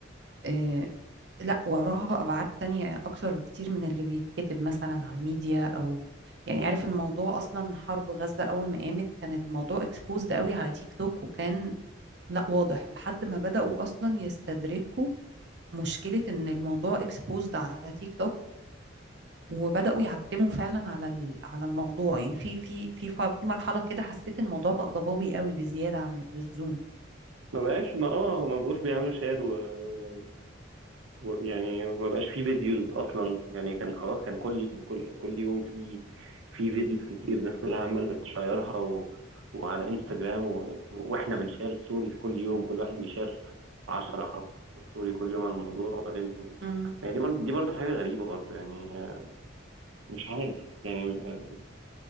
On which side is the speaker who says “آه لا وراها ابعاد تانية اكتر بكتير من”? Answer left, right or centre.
Right